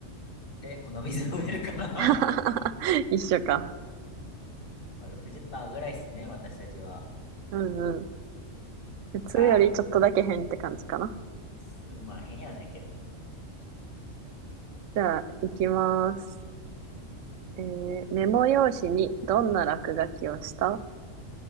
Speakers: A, on the left (about 45°); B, on the right (about 75°).
A: えーこの水飲めるかな
B: <laughs>
A: <laughs>
B: 一緒か。
A: まあ60%ぐらいですね、私たちは。
B: うんうん。普通よりちょっとだけ変って感じかな。
A: 他、すまあ変やねんけどな。
B: じゃあ、行きます。
A: うん。うん。
B: えーメモ用紙にどんな落書きをした